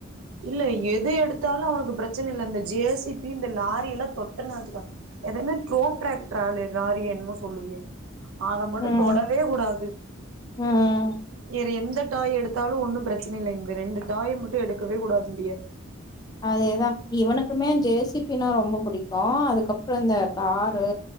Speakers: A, on the right (about 80°); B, on the left (about 20°).
A: இல்ல எத எடுத்தாலும் அவனுக்கு பெரச்சன இல்ல இந்த ஜேசிபி இந்த லாரி எல்லாம் தொட்டன்னாச்சுக்க எதன்ன ட்ரோன் ட்ரக் ட்ராலி லாரி என்மோ சொல்லுவியே அத மட்டும்
B: ம்
A: தொட வே கூடாது
B: ம்
A: யேற எந்த டாய் எடுத்தாலும் ஒன்னும் பிரச்சனை இல்ல இந்த ரெண்டு டாய மட்டும் எடுக்கவே கூடா கம்பிய
B: அதேதா இவனுக்குமே ஜேசிபி னா ரொம்ப புடிக்கும் அதுக்கப்றோ இந்த காரு